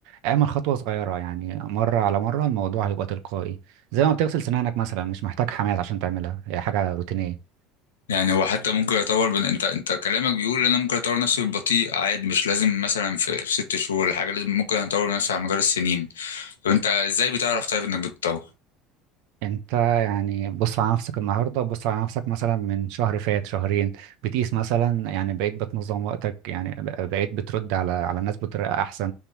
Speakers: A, on the right; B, on the left.
A: اعمل خطوة صغيرة يعني مرة على مرة الموضوع هيبقى تلقائي زي ما بتغسل سنانك مثلا مش محتاج حماية عشان تعملها هي حاجة روتينية
B: يعني هو حتى ممكن اطور بن... انت انت كلامك بيقول ان انا ممكن اطور نفسي بالبطيء عادي مش لازم مثلا في في ست شهور ولا حاجه لازم ممكن اطور نفسي على مدار السنين طب انت ازاي بتعرف طيب انك بتطور
A: انت يعني بص على نفسك النهارده بص على نفسك مثلا من شهر فات شهرين بتقيس مثلا يعني بقيت بتنظم وقتك يعني بقيت بترد على على الناس بطريقه احسن